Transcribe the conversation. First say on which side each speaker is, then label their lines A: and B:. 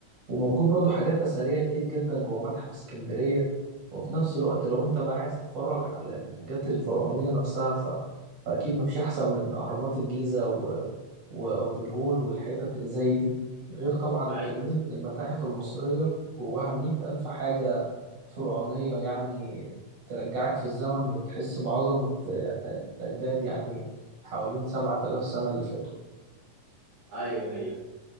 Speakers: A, on the right; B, on the right.
A: وموجود برضو حاجات أثرية كتير جدا جوه متحف اسكندرية وفي نفس الوقت لو انت بقى عايز تتفرج على الحاجات الفرعونية نفسها فأكيد مفيش أحسن من أهرامات الجيزة و... وأبو الهول والحتت اللي زي دي غير طبعا
B: أيوه
A: كمية المتاحف المصرية جواها مئة ألف حاجة فرعونية يعني ترجعك في الزمن وتحس بعظمة آه، الأجداد يعني حوالين سبعة آلاف سنة اللي فاتوا
B: أيوه أيوه